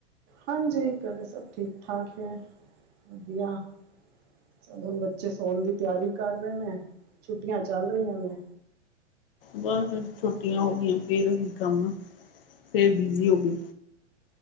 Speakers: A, on the right; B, on the left.
A: ਹਾਂਜੀ ਘਰੇ ਸਭ ਠੀਕ -ਠਾਕ ਐ ਵਦੀਆ। ਚਲੋ ਬੱਚੇ ਸੋਣ ਦੀ ਤਿਆਰੀ ਕਰ ਰਹੇ ਨੇ ਛੁੱਟੀਆਂ ਚੱਲ ਰਹੀਆਂ ਨੇ।
B: ਬਸ ਛੁੱਟੀਆਂ ਹੋ ਗਈਆਂ ਫੇਰ ਉਹੀ ਕੰਮ ਆ। ਫਿਰ ਬਿਜ਼ੀ ਹੋ ਗਏ।